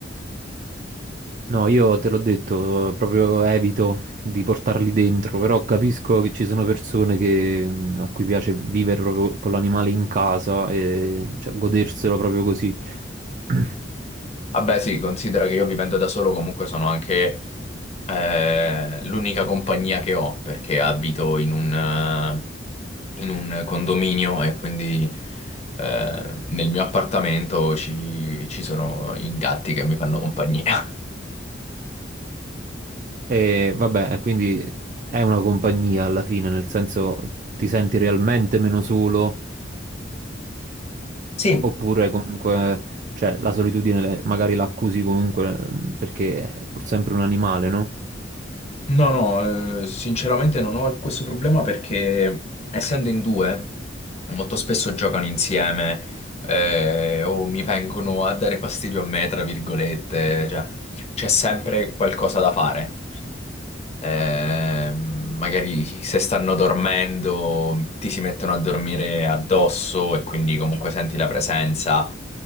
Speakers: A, on the right; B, on the left.
A: No, io te l'ho detto, proprio evito di portarli dentro, però capisco che ci sono persone che, mh, a cui piace vivere proprio con l'animale in casa e cioè, goderselo proprio così. <clears throat>
B: Vabbè, sì, considera che io vivendo da solo comunque sono anche eh, l'unica compagnia che ho perché abito in un, eh, in un condominio e quindi eh, nel mio appartamento ci, ci sono i gatti che mi fanno compagnia. <laughs>
A: E vabbè, quindi è una compagnia alla fine, nel senso ti senti realmente meno solo,
B: Sì,
A: oppure comunque cioè, la solitudine le- magari la accusi comunque mh, perché è pur sempre un animale, no?
B: no, no, eh, sinceramente non ho questo problema perché essendo in due molto spesso giocano insieme eh, o mi vengono a dare fastidio a me, tra virgolette, cioè c'è sempre qualcosa da fare. Eh, magari se stanno dormendo, ti si mettono a dormire addosso e quindi comunque senti la presenza.